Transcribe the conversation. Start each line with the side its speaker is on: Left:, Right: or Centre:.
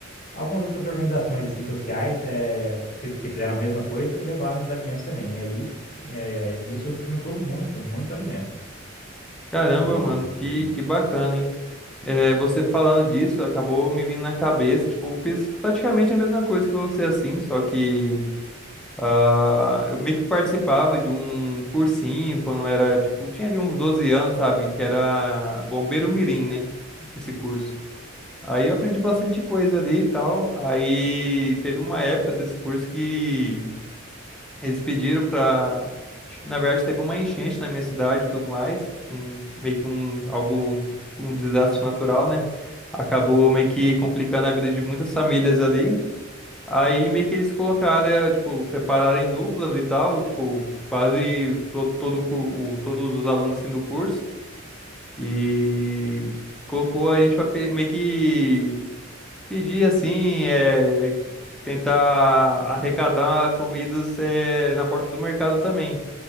Left: algumas outras organizações assim sociais eh, fiz- que fizeram a mesma coisa, levaram os alimentos também. E aí, eh, nisso juntou muito, muito alimento.
Centre: caramba,
Left: E,
Centre: mano, que, que bacana, hein? É, você falando disso, acabou me vindo na cabeça, tipo, eu fiz praticamente a mesma coisa que você, assim, só que ah, eu meio que participava de um cursinho quando era, tipo, tinha ali uns 12 anos, sabe? Que era Bombeiro Mirim, né? Esse curso. Aí eu aprendi bastante coisa ali e tal. Aí teve uma época desse curso que eles pediram pra. Acho que na verdade teve uma enchente na minha cidade e tudo mais. Um, meio que um algo tipo um desastre natural, né? Acabou meio que complicando a vida de muitas famílias ali. Aí meio que eles colocaram, eh, tipo, separaram em duplas e tal, tipo, quase todo, todo, o cur- o- todos os alunos assim do curso. E colocou a gente pra meio que Pedir assim, é, tentar arrecadar comidas é, na porta do mercado também.